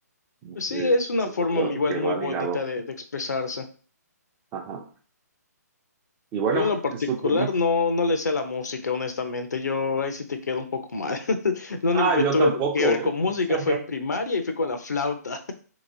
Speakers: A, on the right; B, on the left.
A: como
B: Pues
A: que
B: sí, es una
A: siento
B: forma
A: que,
B: igual
A: que
B: muy
A: va
B: bonita
A: ligado.
B: de, de expresarse.
A: Ajá. Y bueno,
B: Yo en lo particular
A: es tu turno.
B: no, no le sé a la música, honestamente. Yo ahí sí te quedo un poco mal. <laughs> Lo
A: Ah,
B: único que
A: yo
B: tuve
A: tampoco,
B: que ver
A: ¿eh?
B: con música
A: <laughs>
B: fue en primaria y fue con la flauta.